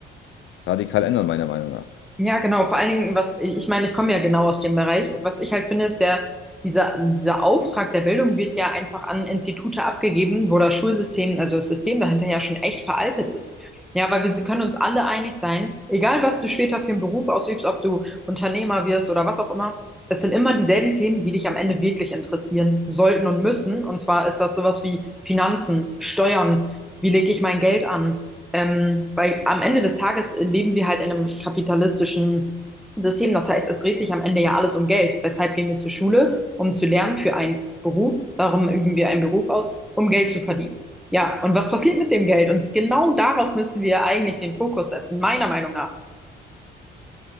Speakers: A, on the left; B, in the centre.
A: radikal ändern, meiner Meinung nach.
B: Ja, genau. Vor allen Dingen, was ich, ich meine, ich komme ja genau aus dem Bereich. Was ich halt finde, ist der, dieser, dieser Auftrag der Bildung wird ja einfach an Institute abgegeben, wo das Schulsystem, also das System dahinter ja schon echt veraltet ist. Ja, weil wir sie- können uns alle einig sein, egal was du später für einen Beruf ausübst, ob du Unternehmer wirst oder was auch immer, es sind immer dieselben Themen, die dich am Ende wirklich interessieren sollten und müssen. Und zwar ist das sowas wie Finanzen, Steuern, wie lege ich mein Geld an? Ähm, weil am Ende des Tages äh, leben wir halt in einem kapitalistischen System. Das heißt, es dreht sich am Ende ja alles um Geld. Weshalb gehen wir zur Schule? Um zu lernen für einen Beruf. Warum üben wir einen Beruf aus? Um Geld zu verdienen. Ja, und was passiert mit dem Geld? Und genau darauf müssen wir eigentlich den Fokus setzen, meiner Meinung nach.